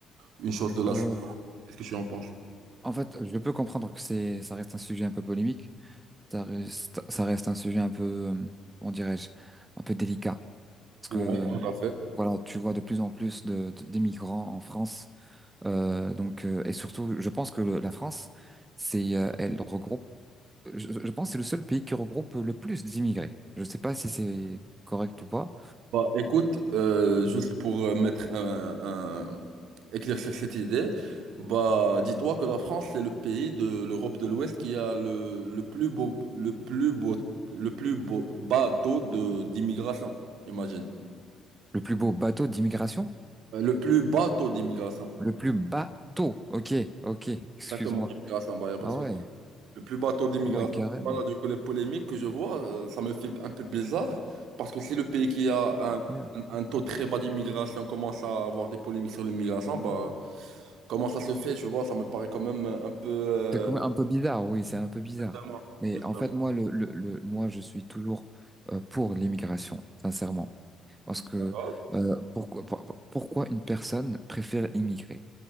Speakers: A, on the right; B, on the right.
A: une chose de la
B: Euh,
A: salle. Qu'est-ce que tu en penses?
B: en fait, je peux comprendre que c'est, ça reste un sujet un peu polémique. Ça reste, ça reste un sujet un peu, euh, comment dirais-je, un peu délicat. Parce
A: Ouais,
B: que, euh,
A: tout à fait.
B: voilà, tu vois de plus en plus de, de- d'immigrants en France. Euh, donc, euh, et surtout, je pense que le- la France, c'est, euh, elle regroupe, je, je pense que c'est le seul pays qui regroupe le plus d'immigrés. Je sais pas si c'est correct ou pas.
A: Bah, écoute, euh, juste pour euh, mettre un, un- éclaircir cette idée, bah, dis-toi que la France, c'est le pays de l'Europe de l'Ouest qui a le, le plus beau, le plus beau, le plus beau bateau de d'immigration, imagine.
B: Le plus beau bateau d'immigration?
A: Euh, Le plus bateau d'immigration.
B: Le plus bateau. Ok, ok, excuse-moi.
A: Exactement, d'immigration, bah, y a pas
B: Ah
A: de souci.
B: ouais,
A: Le plus bas taux d'immigration.
B: ah ouais, carrément.
A: Voilà, du coup, les polémiques que je vois, euh, ça me fait un peu bizarre parce que si le pays qui a un,
B: Ouais.
A: un- un taux très bas d'immigration commence à avoir des polémiques sur l'immigration, bah, comment ça se fait, tu vois, ça me paraît quand même un peu... euh,
B: C'est quand même un peu bizarre, oui, c'est un peu bizarre.
A: Justement.
B: Mais
A: Justement.
B: en fait, moi, le, le, le- moi, je suis toujours euh, pour l'immigration, sincèrement. Parce que
A: D'accord.
B: euh, pourquoi, pour- pourquoi une personne préfère immigrer?